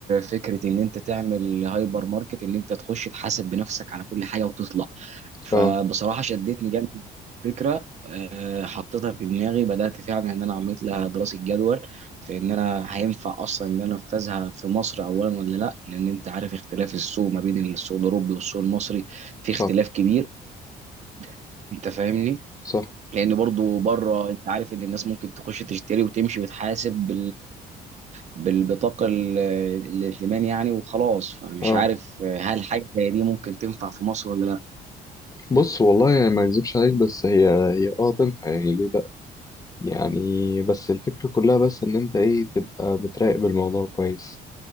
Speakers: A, on the right (about 45°); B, on the left (about 20°).
A: فكره ان انت تعمل هايبر ماركت ان انت تخش تحاسب بنفسك على كل حاجه وتطلع فبصراحه
B: أه
A: شدتني جامد الفكره آه، حطيتها في دماغي بدات فعلا ان انا عملت لها دراسه جدول في ان انا هينفع اصلا ان انا انفذها في مصر اولا ولا لا لان انت عارف اختلاف السوق ما بين السوق الاوروبي والسوق المصري في
B: صح
A: اختلاف كبير <clears throat> انت فاهمني
B: صح
A: لان برضو بره انت عارف ان الناس ممكن تخش تشتري وتمشي وتحاسب بالبطاقة ال- الائتمان يعني وخلاص فأنا مش
B: أه
A: عارف هل حاجة زي دي ممكن تنفع في مصر ولا لا
B: بص والله يعني ما أكذبش عليك بس هي هي أه تنفع يعني ليه لأ يعني بس الفكرة كلها بس إن أنت إيه تبقى بتراقب الموضوع كويس